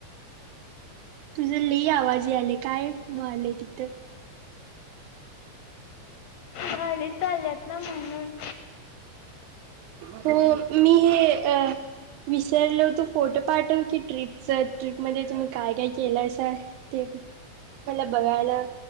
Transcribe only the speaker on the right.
तुझं लई आवाज यायलय काय व्हायलय तिथं.
हो मी हे अ विचारलं. तो फोटो पाठव की ट्रिपच ट्रिपमध्ये तुम्ही काय, काय, केलायसा ते मला बघायला